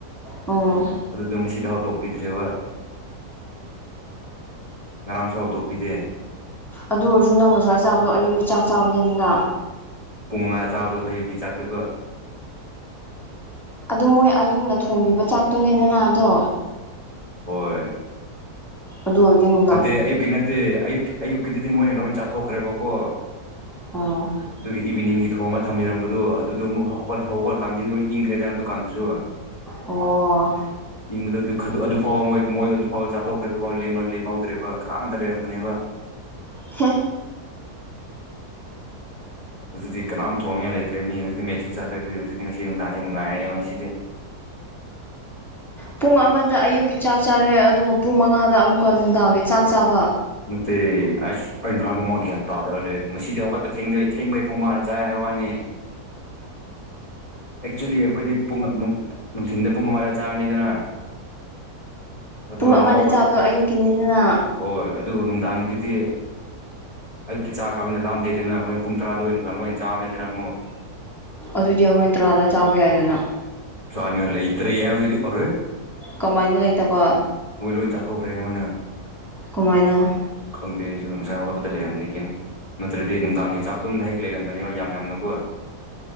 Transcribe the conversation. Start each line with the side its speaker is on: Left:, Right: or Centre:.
Centre: ꯑꯣ
Left: ꯑꯗꯨꯗꯣ ꯃꯁꯤꯗ ꯍꯧꯗꯣꯛꯄꯤꯗ꯭ꯔꯦꯕ ꯉꯔꯥꯡꯁꯨ ꯍꯧꯗꯣꯛꯄꯤꯗꯦ
Centre: ꯑꯗꯨꯑꯣꯏꯔꯁꯨ ꯅꯪ ꯉꯁꯥꯏ ꯆꯥꯕꯗꯣ ꯑꯌꯨꯛꯒꯤ ꯆꯥꯛ ꯆꯥꯕꯅꯦꯗꯅ
Left: ꯄꯨꯡ ꯃꯉꯥꯗ ꯆꯥꯕꯗꯨ ꯈꯣꯏ ꯑꯌꯨꯛꯀꯤ ꯆꯥꯛꯇꯨ ꯀꯣ
Centre: ꯑꯗꯣ ꯃꯣꯏ ꯑꯌꯨꯛꯅ ꯊꯣꯡꯕꯤꯕ ꯆꯥꯛꯇꯨꯅꯦꯗꯅ ꯑꯗꯣ
Left: ꯍꯣꯏ
Centre: ꯑꯗꯨ ꯑꯣꯏꯗꯤ ꯅꯨ
Left: ꯅꯠꯇꯦ ꯑꯌꯨꯛꯀꯤ ꯅꯠꯇꯦ ꯑꯌꯨꯛꯀꯤ ꯑꯌꯨꯛꯀꯤꯗꯨꯗꯤ ꯃꯣꯏꯅ ꯂꯣꯏ ꯆꯥꯊꯣꯛꯈ꯭ꯔꯦꯕꯀꯣ
Centre: ꯑꯣ
Left: ꯑꯗꯨꯒꯤ ꯏꯚꯤꯅꯤꯡꯒꯤ ꯊꯣꯡꯉ ꯊꯝꯕꯤꯔꯝꯕꯗꯨ ꯑꯗꯨꯗꯨꯃꯨꯛ ꯍꯧꯒꯠ ꯍꯧꯒꯠꯀꯥꯟꯗꯤ ꯂꯣꯏ ꯏꯪꯈ꯭ꯔꯦꯗꯅ ꯑꯗꯨꯀꯥꯟꯗꯨꯁꯨ
Centre: ꯑꯣ
Left: ꯏꯪꯕꯗ ꯑꯗꯨ ꯈꯠ ꯑꯗꯨ ꯐꯥꯎꯕ ꯃꯣꯏ ꯃꯣꯏ ꯑꯗꯨ ꯐꯥꯎ ꯆꯥꯊꯣꯛꯈ꯭ꯔꯦ ꯑꯗꯨ ꯐꯥꯎ ꯂꯦꯝꯃ ꯂꯦꯝ ꯉꯧꯗ꯭ꯔꯦꯕ ꯈꯥꯡꯗ ꯂꯩꯔꯝꯕꯅꯦꯕ
Centre: ꯍꯦ
Left: ꯑꯗꯨꯗꯤ ꯀꯅꯥꯝ ꯊꯣꯡꯅꯤꯉꯥꯏ ꯂꯩꯇ꯭ꯔꯦ ꯃꯤ ꯍꯧꯖꯤꯇꯤ ꯃꯦꯠꯁꯨ ꯆꯠꯈ꯭ꯔꯦ ꯑꯗꯨ ꯍꯧꯖꯤꯛꯇꯤ ꯉꯁꯤ ꯅꯨꯡꯗꯥꯡꯗꯤ ꯅꯨꯡꯉꯥꯏꯔꯦꯕ ꯉꯁꯤꯗꯤ
Centre: ꯄꯨꯡ ꯑꯃꯗ ꯑꯌꯨꯛꯀꯤ ꯆꯥꯛ ꯆꯥꯔꯦ ꯑꯗꯨꯒ ꯄꯨꯡ ꯃꯉꯥꯗ ꯑꯃꯨꯛꯀ ꯅꯨꯡꯗꯥꯡꯒꯤ ꯆꯥꯛ ꯆꯥꯕ
Left: ꯅꯠꯇꯦ ꯑꯁ ꯑꯩꯅ ꯍꯥꯏꯕ ꯃꯣꯏ ꯒ꯭ꯌꯥꯟ ꯇꯥꯗ ꯂꯩꯔꯦ ꯉꯁꯤꯗꯤ ꯍꯧꯒꯠꯄ ꯊꯦꯡꯗꯩ ꯊꯦꯡꯅꯩ ꯄꯨꯡ ꯃꯉꯥꯗ ꯆꯥꯏ ꯍꯥꯏ ꯋꯥꯅꯤ ꯑꯦꯛꯆ꯭ꯋꯦꯜꯂꯤ ꯑꯩꯈꯣꯏꯗꯤ ꯄꯨꯡ ꯅꯨꯡ ꯅꯨꯡꯊꯤꯟꯗ ꯄꯨꯡ ꯑꯃꯥꯗ ꯆꯥꯔꯅꯤꯗꯅ ꯑꯗꯨꯒ
Centre: ꯄꯨꯡ ꯑꯃꯗ
Left: ꯑꯃꯨꯛ ꯍꯧꯒꯠ
Centre: ꯆꯥꯕꯗꯣ ꯑꯌꯨꯛꯀꯤꯅꯤꯗꯅ
Left: ꯍꯣꯏ ꯑꯗꯨꯒ ꯅꯨꯡꯗꯥꯡꯒꯤꯗꯨꯗꯤ ꯑꯌꯨꯛꯀꯤ ꯆꯈ꯭ꯔꯕꯅꯤꯅ ꯂꯥꯑꯗꯦꯗꯅ ꯍ꯭ꯋꯦꯟ ꯄꯨꯡ ꯇꯔꯥꯗ ꯑꯣꯏꯅ ꯅꯨꯗꯥꯡ ꯂꯣꯏꯅ ꯆꯥꯕꯅꯦꯗꯅ ꯑꯃꯨꯛ
Centre: ꯑꯗꯨꯗꯤ ꯍ꯭ꯔꯦꯟ ꯇ꯭ꯔꯥꯗ ꯆꯥꯕ ꯌꯥꯏꯗꯅ
Left: ꯆꯥꯅꯤꯉꯥꯏ ꯂꯩꯇ꯭ꯔꯦ ꯍꯥꯏꯕꯗꯨꯗꯤ ꯑꯔꯦ
Centre: ꯀꯃꯥꯏꯅ ꯂꯩꯇꯕ
Left: ꯃꯣꯏ ꯂꯣꯏ ꯆꯥꯊꯣꯛꯈ꯭ꯔꯦ ꯃꯣꯏꯅ
Centre: ꯀꯃꯥꯏꯅ
Left: ꯈꯪꯗꯦ ꯑꯩꯁꯨ ꯉꯁꯥꯏ ꯍꯒꯠꯄꯗ ꯂꯩꯔꯝꯗꯦ ꯀꯩꯝ ꯅꯠꯇ꯭ꯔꯗꯤ ꯅꯨꯡꯗꯥꯡꯒꯤ ꯆꯥꯛꯇꯨꯝ ꯍꯦꯛ ꯂꯩꯒꯟꯕꯅꯦꯕ ꯌꯥꯝ ꯌꯥꯝꯅꯀꯣ